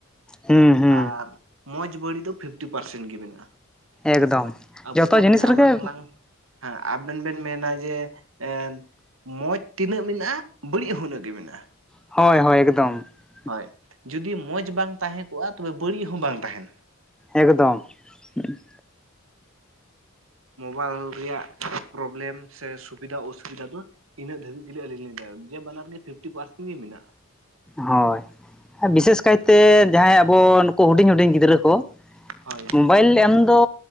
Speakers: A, in the centre; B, on the right.
A: ᱦᱩᱸ ᱦᱩᱸ
B: ᱟᱨ ᱢᱚᱡᱽ ᱵᱟᱹᱲᱤᱡ ᱫᱚ ᱯᱷᱤᱯᱴᱤ ᱯᱟᱨᱥᱮᱱ ᱜᱮ ᱢᱮᱱᱟᱜ-ᱟ᱾
A: ᱮᱠᱫᱚᱢ
B: ᱟᱵᱩ
A: ᱡᱚᱛᱚ
B: ᱵᱚᱱ
A: ᱡᱤᱱᱤᱥ
B: ᱢᱮ
A: ᱨᱮᱜᱮ
B: ᱟᱞᱟᱝ ᱞᱟᱝ ᱦᱮᱸ ᱟᱵᱮᱱ ᱵᱮᱱ ᱢᱮᱱ ᱫᱟ ᱡᱮ ᱮᱼᱼ ᱢᱚᱡᱽ ᱛᱤᱱᱟᱹᱜ ᱢᱮᱱᱟᱜᱼᱟ, ᱵᱟᱹᱲᱤᱡ ᱦᱚᱸ ᱩᱱᱟᱹᱜ ᱜᱮ ᱢᱮᱱᱟᱜᱼᱟ ᱾
A: ᱦᱳᱭ ᱦᱳᱭ ᱮᱠᱫᱚᱢ ᱾
B: ᱦᱳᱭ, ᱡᱩᱫᱤ ᱢᱚᱡᱽ ᱵᱟᱝ ᱛᱟᱦᱮᱸ ᱠᱚᱜᱼᱟ ᱛᱚᱵᱮ ᱵᱟᱹᱲᱤᱡ ᱦᱚᱸ ᱵᱟᱝ ᱛᱟᱦᱮᱸᱱᱟ ᱾
A: ᱮᱠᱫᱚᱢ ᱦᱩᱸ
B: ᱢᱚᱵᱟᱭᱤᱞ ᱨᱮᱭᱟᱜ ᱯᱨᱚᱵᱞᱮᱢ ᱥᱮ ᱥᱩᱵᱤᱫᱟ ᱚᱥᱩᱵᱤᱫᱟ ᱫᱚᱼᱼ ᱤᱱᱟᱹᱜ ᱫᱷᱟᱹᱵᱤᱡ ᱜᱮ ᱟᱹᱞᱤᱧ ᱞᱟᱹᱭ ᱫᱟ ᱡᱮ ᱵᱟᱱᱟᱨ ᱜᱮ ᱯᱷᱤᱯᱴᱤ ᱯᱟᱨᱥᱮᱱ ᱜᱨ ᱢᱮᱱᱟᱜᱼᱟ ᱾
A: ᱦᱳᱭ, ᱵᱤᱥᱮᱥ ᱠᱟᱭ ᱛᱮ ᱡᱟᱦᱟᱸᱭ ᱟᱵᱚᱼᱼ ᱠᱚ ᱦᱩᱰᱤᱧ ᱦᱩᱰᱤᱧ ᱜᱤᱫᱽᱨᱟᱹ ᱠᱚ
B: ᱦᱳᱭ
A: ᱢᱳᱵᱟᱭᱤᱞ ᱮᱢᱼᱼ ᱫᱚ